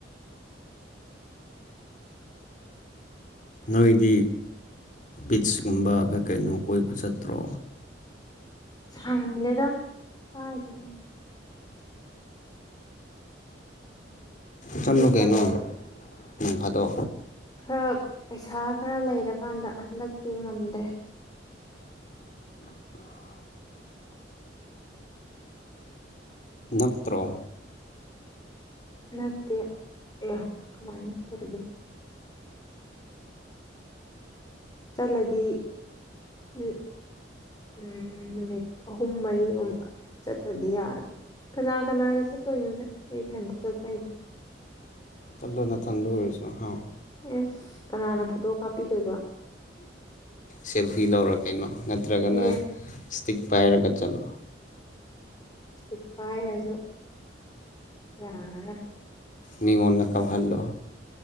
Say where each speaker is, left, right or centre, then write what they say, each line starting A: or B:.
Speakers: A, on the left; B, on the left.
A: ꯅꯣꯏꯗꯤ ꯕꯤꯠꯁꯀꯨꯝꯕ ꯀꯩꯅꯣ ꯀꯣꯏꯕ ꯆꯠꯇ꯭ꯔꯣ
B: ꯁꯅꯦꯗ ꯀꯥꯏ ꯊ
A: ꯆꯠꯂꯨ
B: ꯑꯗꯨ
A: ꯀꯩꯅꯣ
B: ꯆꯠꯂꯗꯤ
A: ꯐꯥꯗꯣ
B: ꯈꯔ ꯄꯩꯁꯥ ꯈꯔ ꯂꯩꯔꯀꯥꯟꯗ ꯍꯟꯗꯛꯇꯤ ꯉꯝꯗ꯭ꯔꯦ
A: <inaudible> ꯅꯛꯇ꯭ꯔ
B: ꯅꯠꯇ ꯑ ꯀꯃꯥꯏꯅ ꯇꯧꯒꯦ ꯆꯠꯂꯗꯤ ꯎ ꯎꯝ ꯅꯨꯃꯤꯠ ꯑꯍꯨꯝ ꯃꯔꯤꯒꯨꯝꯕ ꯆꯠꯇꯗꯤ ꯌꯥꯔꯣꯏ ꯀꯅꯥ ꯀꯅꯥꯒ ꯆꯠꯇꯣꯏꯅꯣꯗ ꯑꯩ ꯏꯊꯟꯇ ꯆꯠꯄ ꯍꯩꯇꯦ
A: ꯊꯟꯂꯣ ꯅ ꯊꯟꯗꯣ ꯑꯣꯏꯁꯨ ꯍꯥꯎ
B: ꯑꯦꯁ ꯀꯅꯥꯅ ꯐꯣꯇꯣ ꯀꯥꯞꯄꯤꯗꯣꯏꯕ
A: ꯁꯦꯜꯐꯤ ꯂꯧꯔ ꯀꯩꯅꯣ ꯅꯠꯇ꯭ꯔꯒꯅ
B: ꯏꯌꯦ
A: ꯃꯇꯤꯛ ꯄꯥꯏꯔꯒ ꯆꯠꯂꯣ
B: ꯏꯁꯇꯤꯛ ꯄꯥꯏꯔꯁꯨ ꯌꯥꯔ
A: ꯃꯤꯉꯣꯟ ꯗꯀꯥ ꯜꯂꯣ